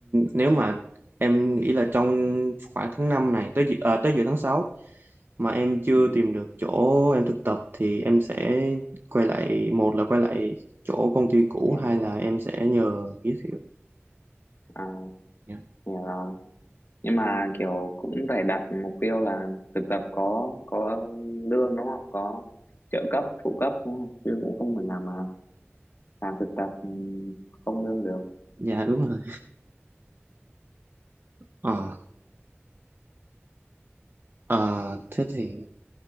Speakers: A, on the right (about 50°); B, on the left (about 55°).
A: nếu mà em nghĩ là trong khoảng tháng 5 này tới dự- à, tới giữa tháng 6 mà em chưa
B: ừ,
A: tìm được chỗ em thực tập thì em sẽ quay lại một là quay lại chỗ công ty cũ
B: nhưng,
A: hai là em sẽ nhờ giới thiệu
B: à
A: dạ
B: hiểu rồi nhưng mà kiểu cũng phải đặt mục tiêu là thực tập có có lương đúng không có trợ cấp phụ cấp đúng không chứ cũng không thể nào mà làm thực tập ừ, không lương được
A: dạ, đúng rồi ờ ờ, thế thì